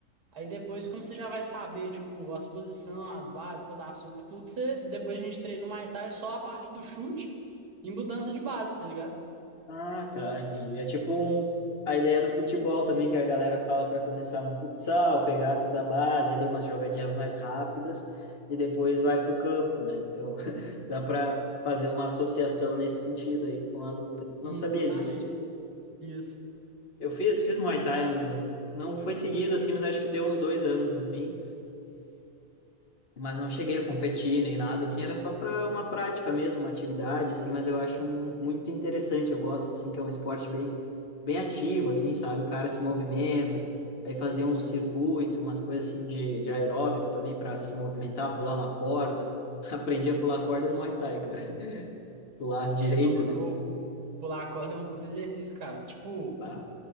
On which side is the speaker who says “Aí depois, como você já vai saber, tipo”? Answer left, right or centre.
Right